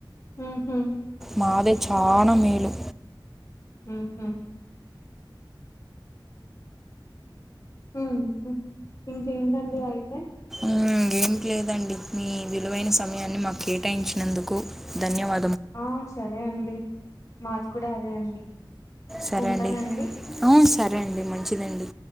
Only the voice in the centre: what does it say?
మాదే చాలా మేలు
ఉమ్ ఏమి లేదండి మీ విలువైన సమయాన్ని మాకు కేటాయించినందుకు ధన్యవా
సరే
అండి అవును సరే అండి మంచిదండి